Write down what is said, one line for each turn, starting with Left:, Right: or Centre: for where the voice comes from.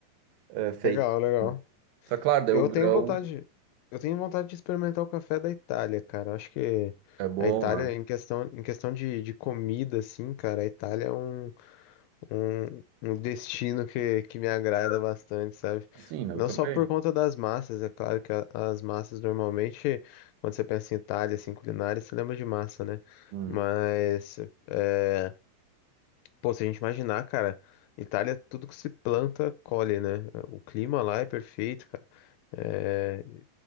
Right: é, feito.
Left: Legal, legal.
Right: Só claro, daí
Left: Eu
Right: o grão
Left: tenho vontade, eu tenho vontade de experimentar o café da Itália, cara. Eu acho que
Right: é bom,
Left: a Itália,
Right: é.
Left: em questão, em questão de, de comida, assim, cara, a Itália é um, um, um destino que, que me agrada bastante, sabe?
Right: Sim, né,
Left: Não
Right: eu também.
Left: só por conta das massas, é claro que a- as massas normalmente, quando você pensa em Itália, assim, culinária, você lembra de massa, né?
Right: Hum.
Left: Mas, é, pô, se a gente imaginar, cara, Itália, tudo que se planta, colhe, né? O clima lá é perfeito, cara. É,